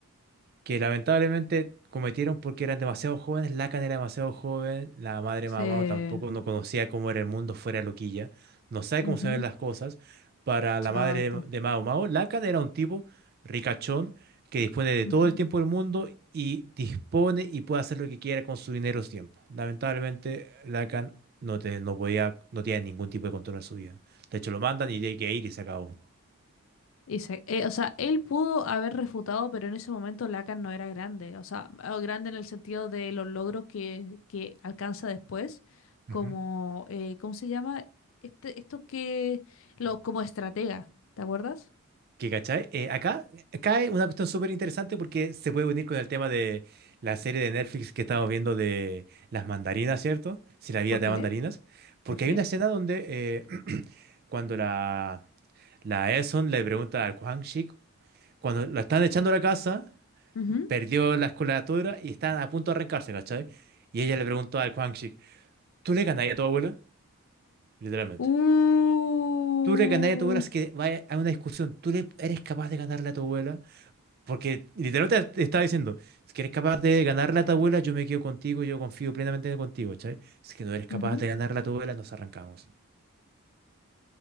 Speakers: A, on the right (about 45°); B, on the left (about 60°).
A: que lamentablemente cometieron porque eran demasiado jóvenes, Lacan era demasiado joven, la madre
B: Se...
A: Mamao tampoco no conocía cómo era el mundo fuera de Loquilla, no sabe
B: ujú,
A: cómo se ven las cosas. Para
B: Exacto.
A: la madre de Mao Mao, Lacan era un tipo ricachón que dispone de
B: ujú.
A: todo el tiempo del mundo y dispone y puede hacer lo que quiera con su dinero o su tiempo. Lamentablemente, Lacan no, te, no podía, no tenía ningún tipo de control en su vida. De hecho, lo mandan y tiene que ir y se acabó.
B: Y se- eh, o sea, él pudo haber refutado, pero en ese momento Lacan no era grande. O sea, ah, grande en el sentido de los logros que, que alcanza después, como,
A: Ujú.
B: eh, ¿cómo se llama? Este, esto que, lo, como estratega, ¿te acuerdas?
A: Que, ¿cachai? Eh, acá cae una cuestión súper interesante porque se puede unir con el tema de la serie de Netflix que estamos viendo de las mandarinas, ¿cierto? Si la vida
B: ¿Por
A: te
B: qué?
A: da mandarinas. Porque
B: ¿Por qué?
A: hay una escena donde eh, <clears throat> cuando la, la Eson le pregunta al Quang Shik, cuando lo están echando a la casa,
B: Ujú.
A: perdió la escolatura y están a punto de arrancarse, ¿cachai? Y ella le preguntó al Quang Shik, ¿tú le ganarías a tu abuela? Literalmente.
B: Uh,
A: ¿Tú le ganarías a tu abuela? Es que vaya a una discusión. ¿Tú le eres capaz de ganarle a tu abuela? Porque literalmente te estaba diciendo, si eres capaz de ganarle a tu abuela, yo me quedo contigo, yo confío plenamente contigo, ¿cachai? Si que no eres capaz
B: ujú.
A: de ganarle a tu abuela, nos arrancamos,